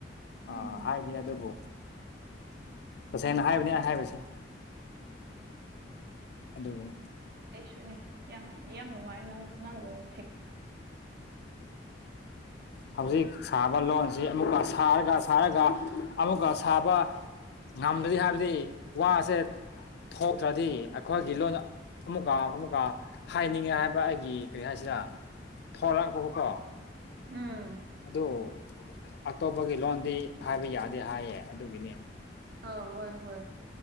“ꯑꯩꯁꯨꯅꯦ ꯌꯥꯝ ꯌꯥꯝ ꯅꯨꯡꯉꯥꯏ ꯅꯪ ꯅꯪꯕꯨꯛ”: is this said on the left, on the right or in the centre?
Right